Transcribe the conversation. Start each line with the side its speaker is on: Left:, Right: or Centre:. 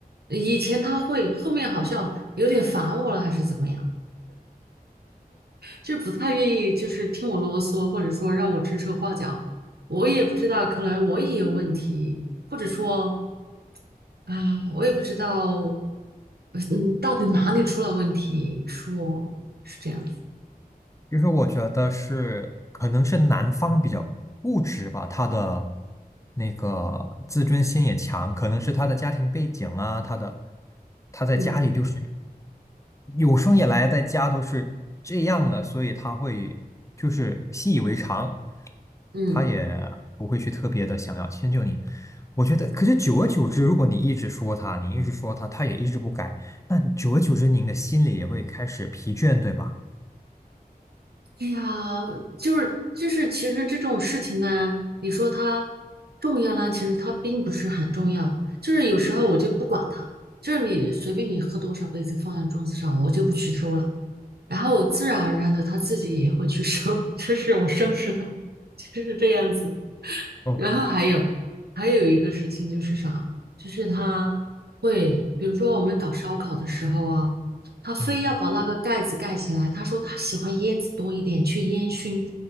Right: 以前他会，后面好像有点烦我了，还是怎么样？就不太愿意就是听我啰嗦，或者说让我指手画脚。我也不知道，可能我也有问题，或者说啊、我也不知道，呃嗯，到底哪里出了问题？说是这样子，
Left: 就是我觉得是可能是男方比较固执吧，他的那个自尊心也强，可能是他的家庭背景啊，他的他在家里就是。
Right: 嗯
Left: 有生以来在家都是这样的，所以他会就是习以为常，
Right: 嗯，
Left: 他也不会去特别的想要迁就你。我觉得，可是久而久之，如果你一直说他，你一直说他，他也一直不改，那你久而久之，您的心里也会开始疲倦，对吧？
Right: 哎呀，就是就是，其实这种事情呢，你说它重要呢，其实它并不是很重要。就是有时候我就不管它，就是你随便你喝多少杯子放在桌子上，我就不去收了。然后我自然而然的他自己也会去收，<laughs> 就是我收拾到，就是这样子。
Left: OK，
Right: 然后还有还有一个事情就是啥，就是他会，比如说我们搞烧烤的时候啊，他非要把那个盖子盖起来。
Left: 嗯
Right: 他说他喜欢烟子多一点，去烟熏。